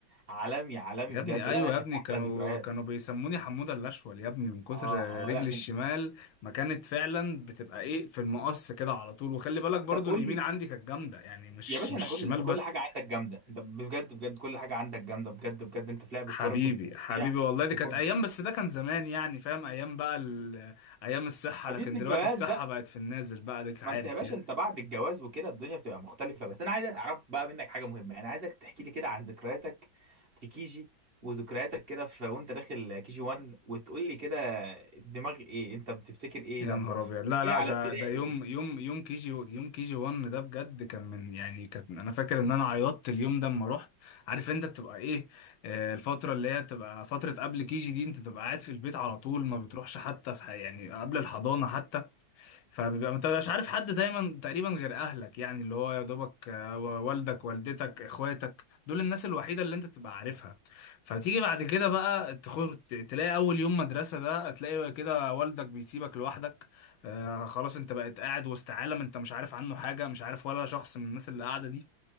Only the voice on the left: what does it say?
يا
ابني
ايوه
يا ابني
كانوا
كانوا بيسموني حموده الاشول يا ابني من كتر
رجلي
الشمال ما كانت فعلا بتبقى ايه في المقص كده على طول وخلي بالك برضو
اليمين
عندي كانت جامده يعني مش
مش
الشمال
بس
حبيبي
حبيبي والله دي
كانت ايام بس ده كان زمان يعني فاهم ايام بقى ال... ايام الصحه
لكن
دلوقتي الصحه
بقت في النازل بقى ديك عارف
يعني
يا
نهار ابيض
لا لا
ده
ده يوم يوم يوم كي جي يوم كي جي 1 ده بجد كان من يعني كان انا فاكر ان انا عيطت اليوم ده اما رحت عارف انت بتبقى ايه آه، الفتره اللي هي بتبقى فتره قبل كي جي دي انت تبقى قاعد في البيت على طول ما بتروحش حتى في ح- يعني قبل الحضانه حتى فبيبقى انت مش عارف حد دايما تقريبا غير اهلك يعني اللي هو يا دوبك آه، والدك والدتك اخواتك دول الناس الوحيده اللي انت تبقى عارفها فتيجي بعد كده بقى تخر تلاقي اول يوم مدرسه ده تلاقي كده والدك بيسيبك لوحدك آه خلاص انت بقيت قاعد وسط عالم انت مش عارف عنه حاجه مش عارف ولا شخص من الناس اللي قاعده دي